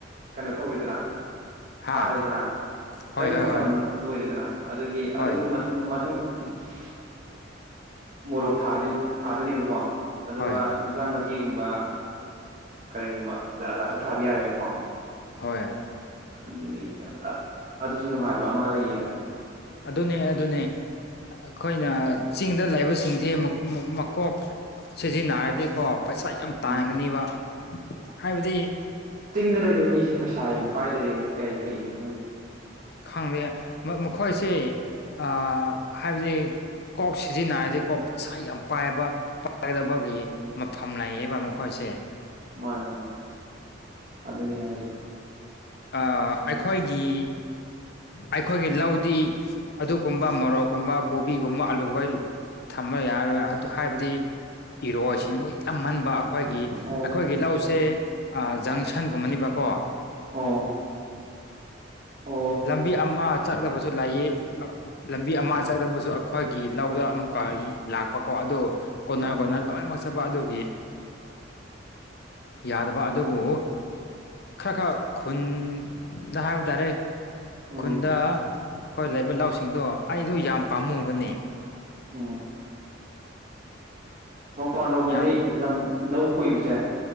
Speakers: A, on the right; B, on the left.
A: ꯀꯩꯅꯣ ꯇꯧꯋꯤꯗꯅ꯫
B: ꯍꯥ
A: ꯊꯥꯔꯤꯗꯅ
B: ꯍꯣꯏ
A: ꯆꯥꯛꯒꯤ
B: ꯍꯣꯏ
A: ꯃꯇꯝ
B: ꯍꯣꯏ
A: ꯂꯣꯏꯔꯦꯗꯅ ꯑꯗꯨꯒꯤ
B: ꯍꯣꯏ
A: ꯑꯗꯨꯝ ꯃꯊꯪ ꯃꯊꯪ <unintelligible> ꯃꯣꯔꯣꯛ ꯊꯥꯅꯤ ꯊꯥꯗꯣꯏꯅꯦꯕꯀꯣ ꯑꯗꯨꯒ
B: ꯍꯣꯏ
A: ꯏꯟꯁꯥꯡꯅ ꯄꯤꯒꯨꯝꯕ ꯀꯔꯤꯒꯨꯝꯕ ꯖꯥ ꯖꯥꯠꯁꯨ ꯊꯥꯕ ꯌꯥꯔꯦꯕꯀꯣ꯫
B: ꯍꯣꯏ꯫
A: <unintelligible> ꯑꯗꯨꯁꯨ ꯅꯨꯡꯉꯥꯏꯕ ꯑꯃ ꯂꯩꯌꯦ꯫
B: ꯑꯗꯨꯅꯦ-ꯑꯗꯨꯅꯦ ꯑꯈꯣꯏꯅ ꯆꯤꯡꯗ ꯂꯩꯕꯁꯤꯡꯁꯤ ꯃ ꯃ ꯃꯀꯣꯛ ꯁꯤꯖꯤꯟꯅꯔꯗꯤ ꯀꯣ ꯄꯩꯁꯥ ꯌꯥꯝ ꯇꯥꯟꯒꯅꯤꯕ
A: ꯎꯝ
B: ꯍꯥꯏꯕꯗꯤ
A: ꯆꯤꯡꯅ ꯂꯩꯕ ꯃꯤꯁꯦ ꯄꯩꯁꯥ ꯌꯥꯝ ꯄꯥꯏꯗꯦ ꯀꯩ ꯀꯩꯒꯤꯅꯣ ꯈꯪꯗꯦ꯫
B: ꯈꯪꯗꯦ ꯃ ꯃꯈꯣꯏꯁꯦ ꯑꯥ ꯍꯥꯏꯕꯗꯤ ꯀꯣꯛ ꯁꯤꯖꯤꯟꯅꯔꯗꯤ ꯀꯣꯛ ꯄꯩꯁꯥꯥ ꯌꯥꯝ ꯄꯥꯏꯕ ꯄꯥꯒꯗꯕ ꯒꯩ ꯃꯐꯝ ꯂꯩꯌꯦꯕ ꯃꯈꯣꯏꯁꯦ꯫
A: ꯃꯥꯅꯦ-ꯃꯥꯅꯦ ꯑꯗꯨꯅꯤ ꯍꯥꯏꯁꯦ꯫
B: ꯑꯥ ꯑꯩꯈꯣꯏꯒꯤ ꯑꯩꯈꯣꯏꯒꯤ ꯂꯧꯗꯤ ꯑꯗꯨꯒꯨꯝꯕ ꯃꯣꯔꯣꯛꯀꯨꯝꯕ ꯀꯣꯕꯤꯒꯨꯝꯕ ꯑꯂꯨꯒꫭꯏ ꯊꯃ ꯌꯥꯔꯣꯏ ꯑꯗꯨ ꯍꯥꯏꯕꯗꯤ ꯏꯔꯣꯏꯁꯤꯡ ꯃꫭꯏ ꯌꯥꯝꯃꯟꯕ ꯑ ꯑꯈꯣꯏꯒꯤ
A: ꯑꯣ
B: ꯑꯩꯈꯣꯏꯒꯤ ꯂꯧꯁꯦ
A: ꯑꯣ
B: ꯑꯥ ꯖꯪꯁꯟꯒꯨꯝꯕꯅꯤꯕꯀꯣ꯫
A: ꯑꯣ꯫ ꯑꯣ
B: ꯂꯝꯕꯤ ꯑꯃ ꯆꯠꯗꯕꯁꯨ ꯂꯩꯌꯦ ꯂꯝꯕꯤ ꯑꯃ ꯆꯠꯗꯕꯁꯨ ꯑꯩꯈꯣꯏꯒꯤ ꯂꯧꯗ ꯑꯃꯨꯛꯀ ꯏ ꯂꯥꯛꯄꯀꯣ ꯑꯗꯨ ꯀꯣꯟꯅꯔ-ꯀꯣꯟꯅꯔ
A: ꯑꯣ
B: ꯂꯣꯏꯅꯃꯛ ꯆꯠꯄ ꯑꯗꯨꯒꯤ ꯌꯥꯗꯕ
A: ꯑꯣ
B: ꯑꯗꯨꯕꯨ ꯈꯔ ꯈꯔ ꯈꯨꯟꯗ ꯍꯥꯏꯕ ꯇꯥꯔꯦ
A: ꯎꯝ
B: ꯈꯨꯟꯗ ꯑꯈꯣꯏ ꯂꯩꯕ ꯂꯧꯁꯤꯡꯗꯣ ꯑꯩꯗꯣ ꯌꯥꯝ ꯄꯥꯝꯃꯨꯕꯅꯦ
A: ꯎꯝ ꯃꯄꯥꯟ ꯔꯣꯝꯗꯗꯤ
B: ꯌꯥꯝ
A: ꯂꯝ ꯂꯧ ꯈꯣꯏꯕꯁꯦ